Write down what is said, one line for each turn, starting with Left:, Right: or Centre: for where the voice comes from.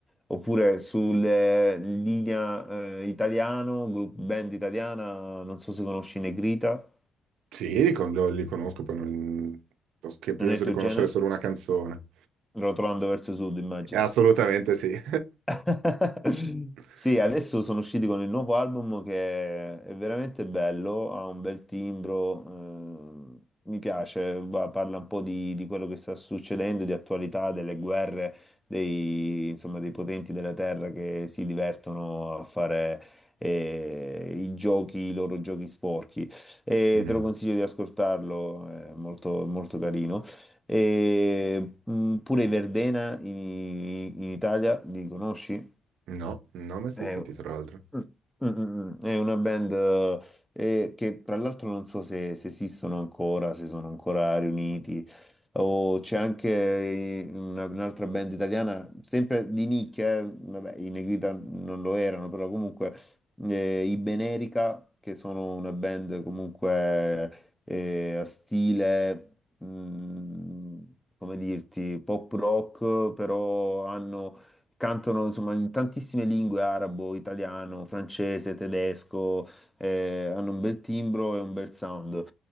Centre: oppure sulla linea eh, italiano, group band italiana, non so se conosci Negrita,
Right: Sì, li, con- lo- li conosco, poi non... lo- che penso
Centre: non è il tuo
Right: di conoscere
Centre: genere?
Right: solo una canzone.
Centre: Rotolando verso sud, immagino.
Right: Eh, Assolutamente sì.
Centre: <laughs>
Right: <laughs>
Centre: Sì, adesso sono usciti con il nuovo album che è veramente bello, ha un bel timbro, eh, mi piace, va- parla un po' di, di quello che sta succedendo, di attualità, delle guerre, dei, insomma, dei potenti della terra che si divertono a fare eh, i giochi, i loro giochi sporchi. E
Right: Mhm.
Centre: te lo consiglio di ascoltarlo, è molto, molto carino. E, mh, pure i Verdena in, in Italia, li conosci?
Right: No, non ho mai sentiti,
Centre: È, mm,
Right: tra l'altro.
Centre: mm, mm, mm, è una band eh, eh, che tra l'altro non so se, se esistono ancora, se sono ancora riuniti, o c'è anche eh, una- un'altra band italiana, sempre di nicchia, eh, vabbè, i Negrita non lo erano, però comunque eh, i Benerica, che sono una band comunque eh, a stile, mm, come dirti, pop rock, però hanno Cantano insomma in tantissime lingue, arabo, italiano, francese, tedesco, eh, hanno un bel timbro e un bel sound.